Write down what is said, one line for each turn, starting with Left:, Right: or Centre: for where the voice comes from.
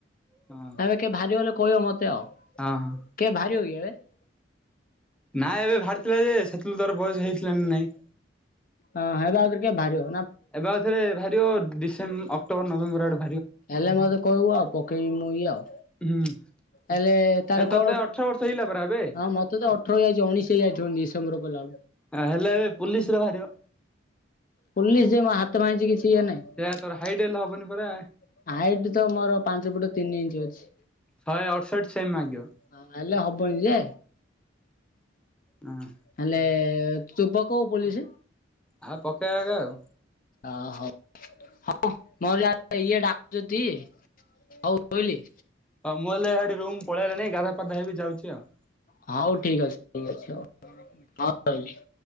Centre: ହଁ
Left: ଏବେ କେ ଭାରି ଅରକ କହିବ ମତ ତେ ଆଉ କେବେ
Centre: ହଁ ହଁ।
Left: ଭାରି ଅ କି ଏବେ? <inaudible>
Centre: ନାଇ ଏବେ ବାହାରିଥିଲା ଯେ <unintelligible> ବୟସ ହେଇଥିଲାଣି ନାଇଁ?
Left: ଅ ହେବା ଆଗରୁ ଟିକେ ଭାରିବ
Centre: ଏବେ ଆଉଥରେ ଭାରିବ ଡିସ ସେମ୍ ଅକ୍ଟୋବର ନଭେମ୍ୱର ଆଡକୁ
Left: ହେଲେ ମତେ କହିବୁ ଆଉ ପକ ପକେଇ ମୂଇ ଆଉ
Centre: ହୁଁ।
Left: ହେଲେ ତାର
Centre: ଏ ତତେ
Left: କଣ
Centre: ଅଠର ବର୍ଷ
Left: <inaudible>
Centre: ହେଇଗଲା ପରା ଏବେ
Left: ହଁ ମତେ ତ ଅଠର ହେଇଆଇଛି ଉଣେଇଶି ହେଇଆଇଥିବ ଉନି ତମର ଗଲା
Centre: ଆ ହେଲେ ଏବେ ପୋଲିସରେ ବାହାରିବ।
Left: ପୋଲିସ ଯିଏ ମୋ ହାତ ଭାଙ୍ଗିଚି କିଛି ଟିଏନେ
Centre: ସେଇଆ ତୋର ହାଇଟ୍ ହେଲେ
Left: <inaudible>
Centre: ହବନି ପରା
Left: ହାଇଟ ତ ମୋର ପାଞ୍ଚ ଫୁଟ ତିନି ଇଞ୍ଚ୍ ଅଛି।
Centre: ଶହେ ଅଡଶଠୀ ସେମୀ ମାଗିବ।
Left: ହଁ ହେଲେ ହବନି ଯେ
Centre: ହଁ
Left: ହେଲେ <unintelligible> ପୋଲିସ୍।
Centre: ଆଉ ପକେଇବା ଆଉ।
Left: ଓ ହୋ ହଉ ହଁ ମୋର ଯ ଇଏ ଡାକୁଛନ୍ତି ହଉ ରହିଲି।
Centre: ହଁ ମୁଁ ହେଲେ ରୁମ୍ ପଳେଇଲା ନାଇ ଗାଧା ପାଧା ହେବି ଯାଉଛି ଆଉ।
Left: ହଉ ଠିକ ଅଛି ଠିକ ଅଛି ହଉ ରହିଲି।